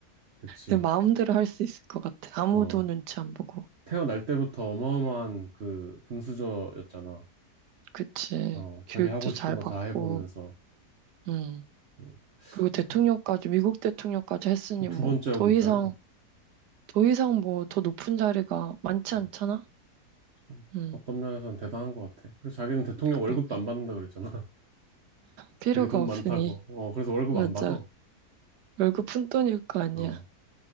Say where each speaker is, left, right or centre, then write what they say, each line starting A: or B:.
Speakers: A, on the right; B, on the right.
A: 그치.
B: 내 마음대로 할 수 있을 것 같아. 아무도
A: 어.
B: 눈치 안 보고.
A: 태어날 때부터 어마어마한 그 금수저였잖아.
B: 그치.
A: 어, 자기
B: 교육도
A: 하고 싶은
B: 잘
A: 거
B: 받고,
A: 다 해보면서.
B: 음.
A: 음,
B: 그리고 대통령까지,
A: 참,
B: 미국 대통령까지 했으니
A: 지금 두
B: 뭐,
A: 번째 하고
B: 더
A: 있잖아.
B: 이상, 더 이상 뭐, 더 높은 자리가 많지
A: 음,
B: 않잖아?
A: 참,
B: 음,
A: 어떤 면에서는 대단한 것 같아. 그래서 자기는 대통령
B: 그러게.
A: 월급도 안 받는다 그랬잖아. <laughs>
B: 필요가
A: 되게 돈
B: 없으니.
A: 많다고. 어, 그래서 월급
B: 맞아.
A: 안 받아.
B: 월급 푼돈일 거 아니야.
A: 어,